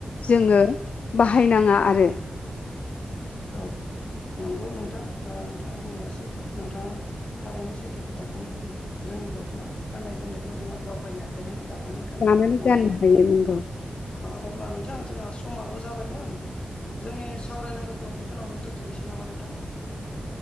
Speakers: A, on the left (about 70°); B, on the left (about 50°).
A: जोङो बाहायनाङा आरो।
B: औ नंगौ नोंथां ओ नोंथां बुंनाया सैथो नोंथाङा थारैनो सैथो खोथाखोनो बुंदों जोंनि दख'ना गाननाय जोमनायखौ जोंहा गाव गायनि आखाइजोंनो दानानै गाननांगौ
A: दानानै
B: नङा
A: गाननो
B: होमबा नोंथां?
A: हायो नोंगौ
B: ओ अब्ला नोंथाङा जोंहा समाबो जाबायमोन जोंनि सावरायनांगोखौ बेखोनावनो दोनथ' थ'नोसै नामा नोंथां?